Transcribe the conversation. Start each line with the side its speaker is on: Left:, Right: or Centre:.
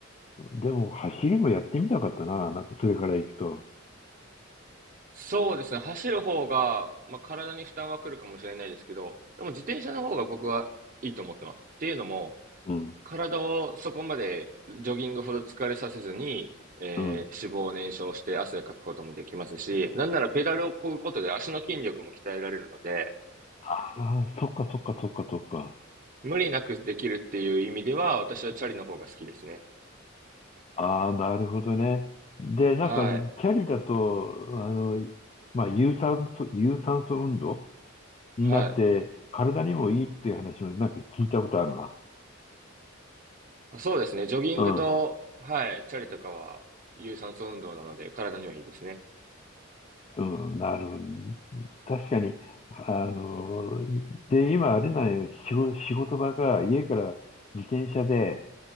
Left: でも走りもやってみたかったな、なんかそれから行くと。
Right: そうですね。走る方が、まあ、体に負担は来るかもしれないですけど、でも自転車の方が僕はいいと思ってます。っていうのも、
Left: うん、
Right: 体をそこまでジョギングほど疲れさせずに、えー、
Left: うん。
Right: 脂肪を燃焼して汗をかくこともできますし、なんならペダルを漕ぐことで足の筋力も鍛えられるので、
Left: ああ、そっかそっかそっかそっか。
Right: 無理なくできるっていう意味では、私はチャリの方が好きですね。
Left: ああ、なるほどね。で、なんか、
Right: はい。
Left: キャリだと、あの、まあ、有酸素、有酸素運動になって、
Right: はい。
Left: 体にもいいっていう話もなんか聞いたことあるな。
Right: あそうですね。ジョギングと、
Left: うん、
Right: はい、チャリとかは、有酸素運動なので、体にはいいですね。
Left: うん、なるほど。確かに、あの、で、今あれなんよ、仕事、仕事場が家から自転車で、